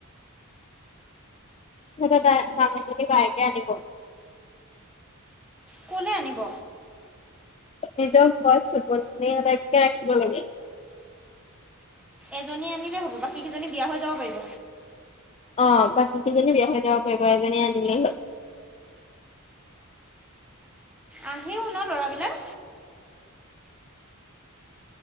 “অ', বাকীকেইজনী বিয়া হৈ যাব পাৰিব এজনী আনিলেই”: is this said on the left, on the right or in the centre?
Left